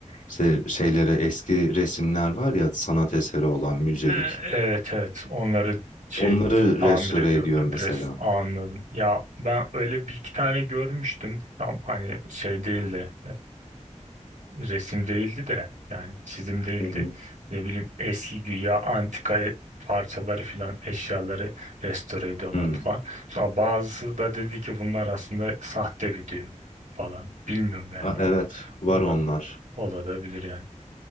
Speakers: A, on the left; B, on the right.
A: İşte şeylere eski resimler var ya sanat eseri olan müzelik.
B: Ee, Evet evet onları şey
A: Onları
B: t- tamir
A: restore
B: ediyor
A: ediyor
B: adres
A: mesela.
B: anladım. Ya ben öyle bir iki tane görmüştüm. Tam hani şey değildi. resim değildi de yani çizim değildi.
A: Hı hı.
B: Ne bileyim eski güya antika e- parçaları filan eşyaları restore ediyorlardı
A: Hı.
B: falan. Sonra bazısı da dedi ki bunlar aslında sahte video falan. Bilmiyorum yani
A: A- evet
B: o
A: var
B: ola,
A: onlar.
B: olabilir yani.